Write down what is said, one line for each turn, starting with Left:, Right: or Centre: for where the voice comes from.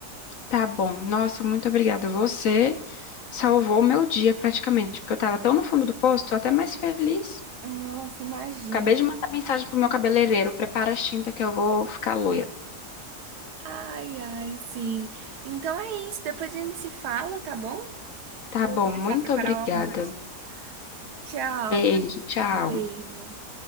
Left: Tá bom. Nossa, muito obrigada. Você salvou meu dia praticamente, porque eu tava tão no fundo do poço, tô até mais feliz.
Right: Nossa, imagina.
Left: Acabei de mandar mensagem pro meu cabeleireiro. Prepara as tintas que eu vou ficar loira.
Right: Ai, ai, sim. Então é isso. Depois a gente se fala, tá bom?
Left: Tá
Right: Vou
Left: bom,
Right: começar
Left: muito
Right: a preparar
Left: obrigada.
Right: o almoço. Tchau.
Left: Beijo, tchau.
Right: Beijo.